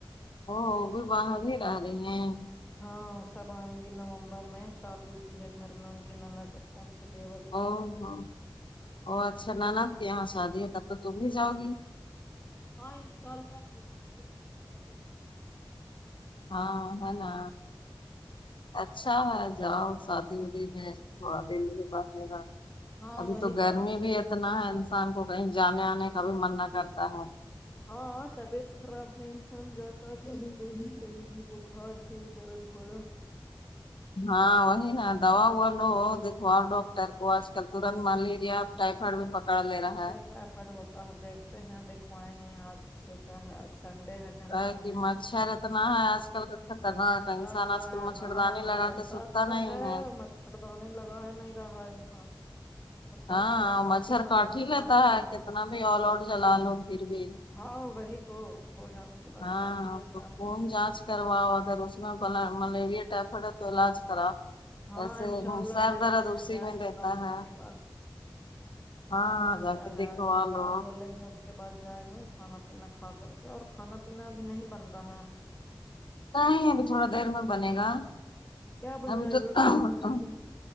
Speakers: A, on the left; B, on the left.
A: ا وہ بھی باہر ہی رہ رہی ہیں
B: ہاں سب آئیں گی نومبر میں شادی ہوتی ہے گھر میں ان کی نند ان کے دیور لوگ
A: او ہو ؤ اچھا نند کے یہاں شادی ہے تب تو تم بھی جاؤ گی
B: ہاں ان شاء اللہ کوشش یا پھر
A: ہاں ہے نا اچھا ہے جاؤ شادی ودی میں تھوڑا دل بھی بہلے گا
B: ہاں
A: ابھی
B: وہی
A: تو گرمی
B: بات ہے
A: بھی
B: دل
A: اتنا
B: پہ
A: ہے انسان کو کہیں جانے آنے کا بھی من نہ کرتا ہو
B: ہاں ہاں طبیعت خراب میں انسان جاتا تبھی دیکھی کہیں بھی بخار سر درد ہو رہا
A: ہاں وہی نا دوا ووا لو دکھاو اور ڈاک ٹر کو آج کل ترنت ملیریا ٹائفائڈ بھی پکڑلے رہا ہے
B: فٹا فٹ ہوتا ہے دیکھتے ہیں دکھوائیں گے آج سوچا ہے آج سنڈے ہے گھر
A: ہ
B: پہ ہمیں
A: کہ مچھر اتنا ہے آج کل کا خطرناک
B: کاٹ
A: انسان
B: رہا
A: آج کل
B: ہے
A: مچھردانی
B: ہاں
A: لگا
B: برسات
A: کے سوتا
B: کا
A: نہیں ہے
B: مچھر دانی لگا ہی نہیں رہا ہے انسان برسات
A: ہاں
B: میں تو کافی
A: مچھر کاٹ ہی
B: کاٹتا
A: لیتا ہے کتنا بھی آل آؤٹ جلا لو پھر بھی
B: ہاں وہی تو سو جانے کے بعد
A: ہاں
B: کاٹ
A: ہاں
B: ہی لیتا
A: تو خون
B: ہے
A: جانچ کرواؤ اگر اس میں ملیر ملیریا ٹائفائڈ ہے تو علاج کراؤ
B: ہاں
A: ایسے
B: انشاءاللہ
A: سر
B: دیکھتے
A: درد
B: ہیں
A: اسی
B: جائیں
A: میں
B: گے
A: دیتا
B: ڈاکٹر
A: ہے
B: کے پاس
A: ہاں
B: آج سوچا
A: جا کے
B: ہے
A: دکھوا
B: آج نہا
A: لو
B: دھولیں گے اس کے بعد جائیں گے کھانا پینا کھا کر کے اور کھانا پینا ابھی نہیں بن رہا ہے
A: کہاں ہے ابھی تھوڑا دیر میں بنے گا
B: کیا بنائے
A: ابھی تو
B: گا
A: ه
B: کھانا پینا